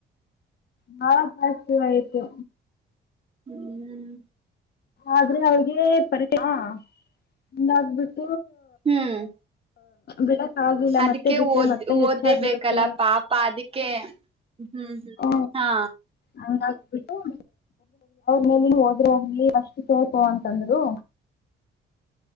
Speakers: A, on the left; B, on the right.
A: ಹಾ ಕಸ್ತು ಆಯ್ತು
B: ಹ್ಮ್
A: ಆದ್ರೆ ಅವಿಗೆ ತ ಹಿಂಗ್ ಆಗ್ಬಟ್
B: ಹ್ಮ್
A: ಬಿಡಕ್ ಆಗ್ಲಿಲ್ಲ
B: ಅದಕ್ಕೆ
A: ಮತ್ತೆ ಬಿಟ್ರೆ
B: ಓದ
A: ಮತ್ತೆ ಹೆಚ್ಚಾಗ್ಬಿಡುತ್ತೆ
B: ಓದೇಬೇಕಲ್ಲ ಪಾಪ ಅದಿ ಕ್ಕೆ ಹ್ಮ್ ಹ್ಮ್
A: ಹ
B: ಹಾ
A: ಹಂಗಾಗ್ಬಿಟ್ಟು ಅವ್ರ ಮೇಲೆ ಹೋದ್ರೆ ಹೋಗಲಿ ಅಷ್ಟು ಸೇತ ಅಂತಂದ್ರು